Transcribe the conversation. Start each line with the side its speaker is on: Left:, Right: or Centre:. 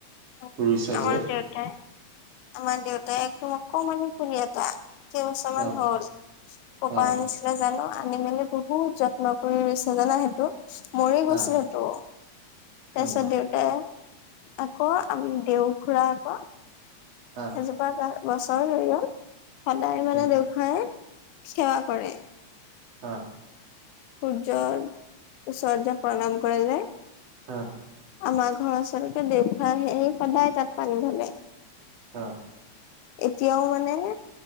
Left: উ,
Right: ৰুইছা
Left: আমাৰ
Right: যে
Left: দেউতাই আমাৰ দেউতাই একদম কমানমানি পুলি এটা কেইবছৰমান
Right: অ',
Left: হ'ল, ক'ৰপা
Right: অ',
Left: আনিছিলে জানো। আনি মেলি বহুত যত্ন কৰি ৰুইচিলে সেইটো জানা, সেইটো মৰি
Right: হা,
Left: গৈছিল হেইটো। তাৰপাছত
Right: উম,
Left: দেউতা আকৌ আমি দেওসোৰা আকৌ,
Right: হা,
Left: সেইজোপা গ-গছৰ ধৰিও সদায় মানে
Right: উম,
Left: দেউখাই সেৱা কৰে।
Right: হয়।
Left: সূৰ্যৰ ওচৰতে প্ৰণাম কৰে যে
Right: হা।
Left: আমাৰ ঘৰৰ ওচৰলৈকে দেউখাই আহি আহি সদায় তাত পানী ঢালে।
Right: অ'।
Left: এতিয়াও মানে